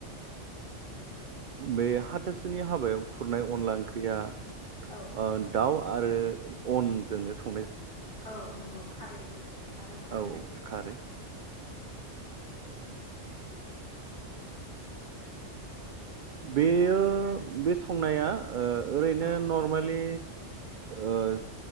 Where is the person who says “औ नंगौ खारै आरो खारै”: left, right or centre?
Left